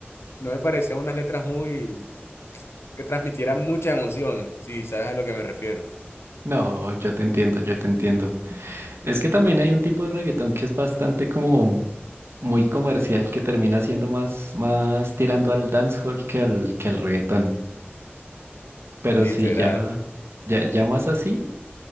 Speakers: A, on the left (about 80°); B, on the right (about 75°).
A: no me parecían unas letras muy que transmitieran mucha emoción, si sabes a lo que me refiero.
B: No, yo te entiendo, yo te entiendo. Es que también hay un tipo de reggaetón que es bastante como muy comercial que termina siendo más, más tirando al dancehall que al, que al reggaetón. Pero
A: Literal.
B: si ya, ya, ya más así,